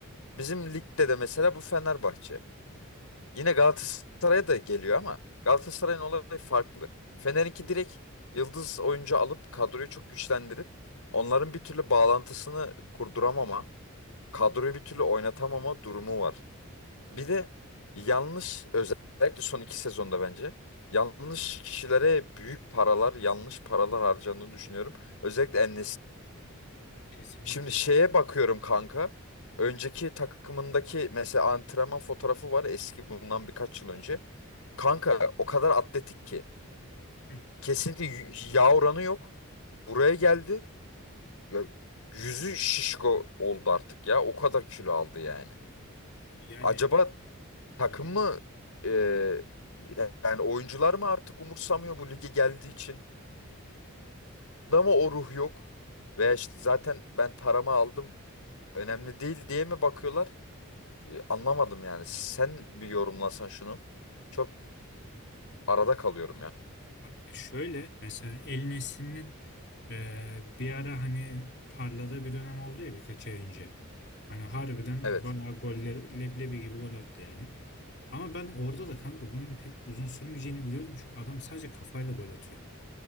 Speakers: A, on the left; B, on the left.
A: Bizim ligde de mesela bu Fenerbahçe. Yine Galatasaray'a da geliyor ama Galatasaray'ın olayı farklı. Fener'inki direkt yıldız oyuncu alıp kadroyu çok güçlendirip onların bir türlü bağlantısını kurduramama, kadroyu bir türlü oynatamama durumu var. Bir de yanlış özellikle son iki sezonda bence yanlış kişilere büyük paralar, yanlış paralar harcandığını düşünüyorum. Özellikle en
B: kesinlikle.
A: Şimdi şeye bakıyorum kanka. Önceki takımındaki mesela antrenman fotoğrafı var eski bundan birkaç yıl önce. Kanka o kadar atletik ki.
B: Hı.
A: Kesinlikle y- yağ oranı yok. Buraya geldi. Ya, yüzü şişko oldu artık ya. O kadar kilo aldı yani.
B: Abi yani
A: Acaba takım
B: hı hı.
A: mı e, yani oyuncular mı artık umursamıyor bu lige geldiği için? Da mı o ruh yok? Veya işte zaten ben paramı aldım önemli değil diye mi bakıyorlar? E, anlamadım yani. Sen bir yorumlasan şunu. Çok arada kalıyorum ya.
B: Kanka şöyle mesela El Nesli'nin e, bir ara hani parladığı bir dönem oldu ya birkaç ay önce. Hani harbiden
A: Evet.
B: bayağı goller leblebi gibi gol attı yani. Ama ben orada da kanka bunun pek uzun sürmeyeceğini biliyordum. Çünkü adam sadece kafayla gol atıyor.